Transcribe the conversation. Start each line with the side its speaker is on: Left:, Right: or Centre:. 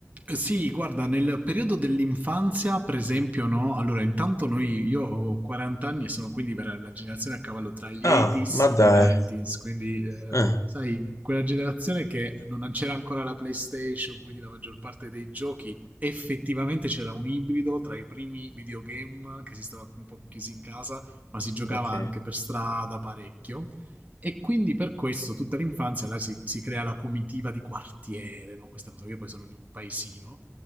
Right: Sì, guarda, nel periodo dell'infanzia, per esempio, no? Allora, intanto noi, io ho 40 anni e sono quindi vera- la generazione a cavallo tra gli 80s
Left: Ah, ma dai.
Right: e i 90s, quindi, eh,
Left: Ah,
Right: sai, quella generazione che non c'era ancora la PlayStation, quindi la maggior parte dei giochi, effettivamente c'era un ibrido tra i primi videogame che si stava un po' chiusi in casa, ma si giocava
Left: ok.
Right: anche per strada parecchio. E quindi per questo tutta l'infanzia là si, si crea la comitiva di quartiere, no? questa cosa. Io poi sono in un paesino,